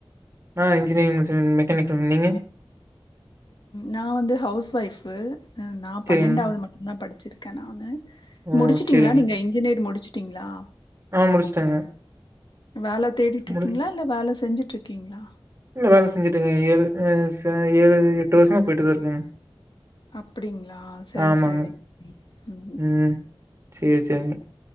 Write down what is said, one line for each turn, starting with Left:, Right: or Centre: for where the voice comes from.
Right: நா இன்ஜினியரிங் முடிச்ச மெக்கானிக்கல நீங்க
Left: நா வந்து ஹவுஸ் ஒய்ஃபு நா பன்னெண்டாவது
Right: சேரிங்க
Left: மட்டும்தா படிச்சிருக்கே நானு
Right: ஓ
Left: முடிச்சுட்டீங்களா
Right: சேரிங்க
Left: நீங்க இன்ஜினியர் முடிச்சுட்டீங்களா
Right: ஆ முடிச்சுட்டேங்க
Left: வேல தேடிட்டு
Right: முடி
Left: இருக்கீங்களா இல்ல வேல செஞ்சுட்டு இருக்கீங்களா
Right: இல்ல வேலை செஞ்சுட்டு இருக்க ஏழு ஏழு எட்டு வருஷமா போயிட்டு தா இருக்கங்க
Left: அப்படிங்களா சரி
Right: ஆமாங்க.
Left: சரி உம்
Right: ம். சேரி, சேரிங்க.